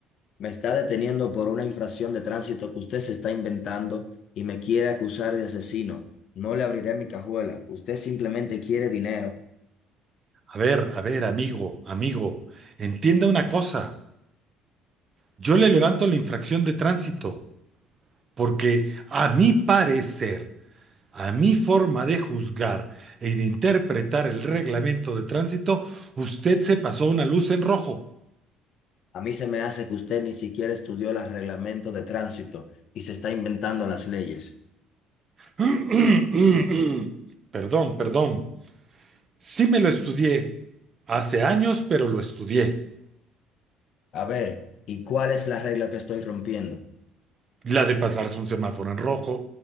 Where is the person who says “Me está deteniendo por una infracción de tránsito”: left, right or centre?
Left